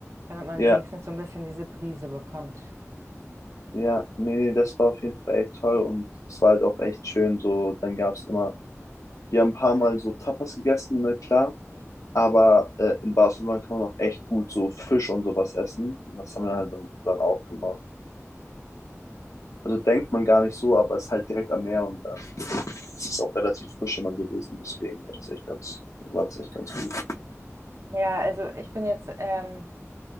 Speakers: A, on the right; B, on the left.
A: damit man
B: Ja,
A: wenigstens so ein bisschen diese Brise bekommt.
B: ja, nee, nee, das war auf jeden Fall echt toll und es war halt auch echt schön. So, dann gab es immer, wir haben ein paar Mal so Tapas gegessen, ne, klar. Aber äh, in Barcelona kann man auch echt gut so Fisch und sowas essen. Und das haben wir halt dann, dann auch gemacht. Also denkt man gar nicht so, aber es ist halt direkt am Meer und dann ist es auch relativ frisch immer gewesen. Deswegen war das echt ganz, war das echt ganz gut.
A: Ja, also ich bin jetzt ähm,